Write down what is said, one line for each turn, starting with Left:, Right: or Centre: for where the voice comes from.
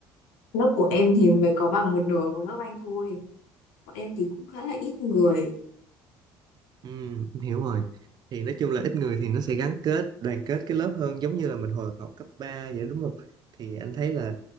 Left: Lớp của em thì mới có bằng một nửa của lớp anh thôi bọn em thì cũng khá là ít người
Right: Ừ, em hiểu rồi. Thì nói chung là ít người thì nó sẽ gắn kết, đoàn kết cái lớp hơn giống như là mình hồi học cấp 3 vậy đúng không? Thì anh thấy là